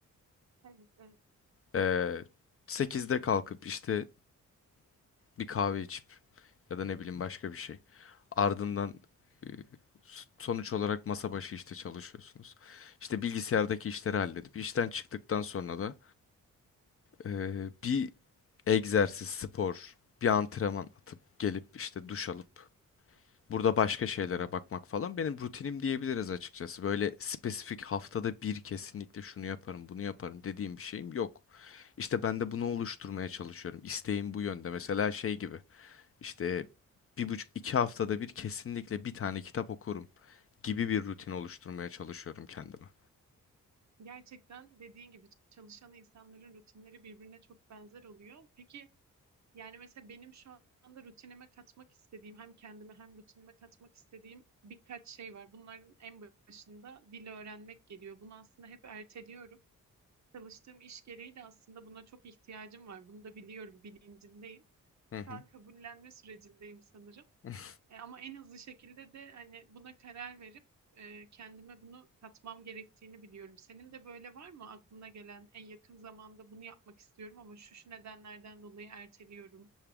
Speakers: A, on the right; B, on the left.
A: Evet, evet.
B: Ee, 8'de kalkıp işte bir kahve içip ya da ne bileyim başka bir şey. Ardından e, s- sonuç olarak masa başı işte çalışıyorsunuz. İşte bilgisayardaki işleri halledip işten çıktıktan sonra da e, bir egzersiz, spor, bir antrenman atıp gelip işte duş alıp burada başka şeylere bakmak falan benim rutinim diyebiliriz açıkçası. Böyle spesifik haftada bir kesinlikle şunu yaparım, bunu yaparım dediğim bir şeyim yok. İşte ben de bunu oluşturmaya çalışıyorum. İsteğim bu yönde. Mesela şey gibi işte bir buçuk iki haftada bir kesinlikle bir tane kitap okurum gibi bir rutin oluşturmaya çalışıyorum kendime.
A: Gerçekten dediğin gibi çalışan insanların rutinleri birbirine çok benzer oluyor. Peki yani mesela benim şu anda rutinime katmak istediğim hem kendime hem rutinime katmak istediğim birkaç şey var. Bunların en başında dil öğrenmek geliyor. Bunu aslında hep erteliyorum. çalıştığım iş gereği de aslında buna çok ihtiyacım var. Bunu da biliyorum, bilincindeyim.
B: Hı hı.
A: Şu an kabullenme sürecindeyim sanırım.
B: <laughs>
A: E, ama en hızlı şekilde de hani buna karar verip e, kendime bunu katmam gerektiğini biliyorum. Senin de böyle var mı aklına gelen en yakın zamanda bunu yapmak istiyorum ama şu şu nedenlerden dolayı erteliyorum.